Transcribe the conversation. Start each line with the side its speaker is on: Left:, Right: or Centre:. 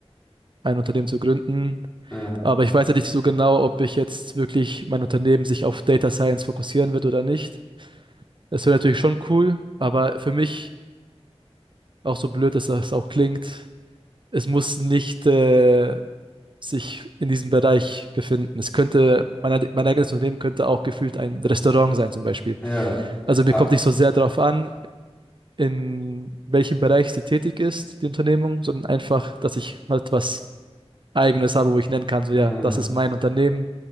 Right: ein Unternehmen zu gründen.
Left: Ja,
Right: Aber ich weiß ja nicht so genau, ob ich jetzt wirklich mein Unternehmen sich auf Data Science fokussieren wird oder nicht. Das wäre natürlich schon cool, aber für mich, auch so blöd, dass das auch klingt, es muss nicht äh, sich in diesem Bereich befinden. Es könnte, mein, mein eigenes Unternehmen könnte auch gefühlt ein Restaurant sein, zum Beispiel.
Left: ja.
Right: Also mir
Left: Ah,
Right: kommt nicht so sehr darauf an, in welchem Bereich sie tätig ist, die Unternehmung, sondern einfach, dass ich halt was Eigenes habe, wo ich nennen kann, so ja,
Left: ah,
Right: das ist mein Unternehmen,